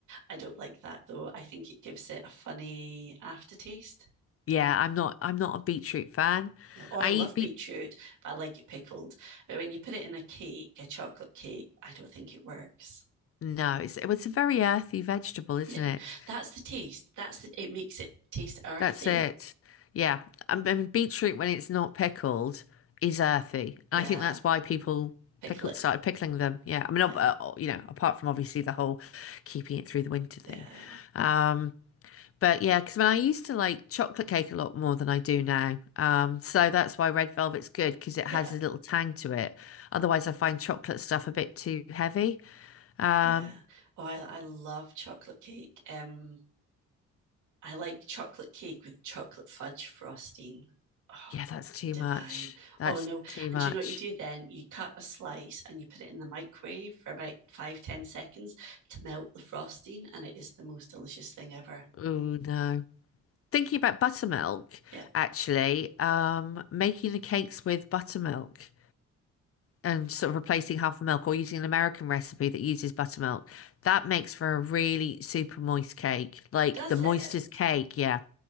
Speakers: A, on the right (about 75°); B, on the left (about 50°).
A: I don't like that though. I think it gives it a funny aftertaste.
B: Yeah, I'm not I'm not a beetroot fan.
A: Oh, I
B: I
A: love
B: eat beet
A: beetroot, but I like it pickled. But when you put it in a cake, a chocolate cake, I don't think it works.
B: no, it's well, it's a very earthy vegetable, isn't
A: Yeah,
B: it?
A: that's the taste. That's the, it makes it taste earthy.
B: That's it. Yeah. I mean beetroot when it's not pickled is earthy.
A: Yeah,
B: And I think that's why people
A: pickle
B: pickled
A: it.
B: started pickling them. Yeah. I mean ob-
A: Yeah,
B: uh, you know, apart from obviously the whole keeping it through the winter thing.
A: yeah,
B: Um But yeah, because when I used to like chocolate cake a lot more than I do now. Um, so that's why red velvet's good because it
A: yeah,
B: has a little tang to it. Otherwise, I find chocolate stuff a bit too heavy. Um,
A: yeah. Oh, I, I love chocolate cake. Um, I like chocolate cake with chocolate fudge frosting. Oh,
B: yeah, that's too
A: divine.
B: much. That's
A: Oh no.
B: too
A: And
B: much.
A: do you know what you do then? You cut a slice and you put it in the microwave for about five, ten seconds to melt the frosting, and it is the most delicious thing ever.
B: Oh no. Thinking about buttermilk,
A: Yeah,
B: actually, um, making the cakes with buttermilk and sort of replacing half the milk or using an American recipe that uses buttermilk, that makes for a really super moist cake. Like
A: does
B: the moistest
A: it?
B: cake, yeah.